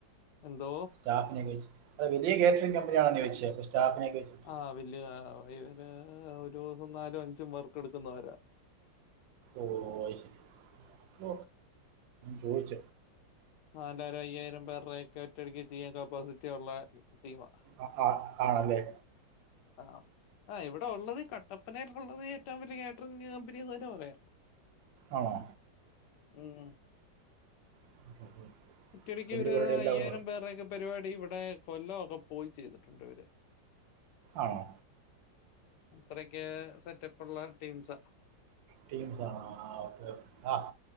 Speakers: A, on the left (about 70°); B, on the right (about 80°).
A: എന്തോ
B: സ്റ്റാഫിനെക്കെച്ച് അല്ല വലിയ കാറ്ററിങ് കമ്പനിയാണ ചോദിച്ചത് സ്റ്റാഫിനെക്ക വച്ചത്
A: ആഹ് വലിയതാ ഇവര് ഒരു ദിവസം നാലും അഞ്ചും വർക്ക് എടുക്കുന്നവരാ
B: ഓ അഹ് ശരി ചോദിച്ച
A: നാലായിരം അയ്യായിരം പേരുടെക്കെ ഒറ്റയടിക്ക് ചെയ്യാൻ കപ്പാസിറ്റി ഉള്ള ടീം ആ
B: അ ആ ആണല്ലേ
A: ആഹ് ആഹ് ഇവിടെ ഉള്ളതീ കട്ടപ്പനേൽ ഉള്ളതീ ഏറ്റവും വലിയ കാറ്ററിങ് കമ്പനീന്ന് തന്നെ പറയാം
B: ആണോ
A: ഉം ഉം
B: <unintelligible>
A: ഒറ്റടിക്ക്
B: വലിയവരുടെ
A: ഒരു
B: എല്ലാം
A: അയ്യായിരം പേരുടെക്കെ പരിപാടി ഇവിടെ കൊല്ലം ഒക്കെ പോയി ചെയ്തിട്ടുണ്ട് ഇവര്
B: ആണോ
A: അത്രക്കെ സെറ്റപ്പുള്ള ടീംസാ
B: ടീംസ് ആഹ് ഓക്കെ ഓക്കേ ആഹ്